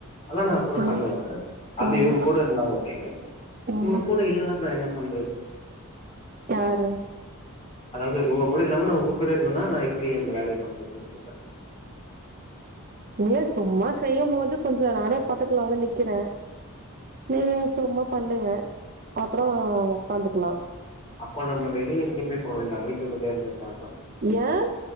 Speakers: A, on the left (about 30°); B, on the right (about 40°).
A: அதல்லா கூட பண்ணுவ
B: ம்
A: அது
B: ம்
A: இவ்ங்க கூட இருந்தா ஓகே
B: ம்
A: இவ்ங்க கூட இல்லாம என்ன பண்றது
B: யாரு
A: அதாவ்து இவ்ங்க கூட இல்லாம நா உங்க கூட இருந்தன நா எப்டி இந்த வேலைய பண்றதுன்டு
B: இல்ல சும்மா செய்யும் போது கொஞ்சோ நானே பக்கத்துல வந்து நிக்கிறே நீ சும்மா பண்ணுங்க அப்புறோ உக்காந்துக்கலா
A: அப்போ நம்ம வெளிய எங்கயுமே போவ் வேண்டா வீட்டுக்குள்ளே இருந்தே பாக்லா
B: ஏ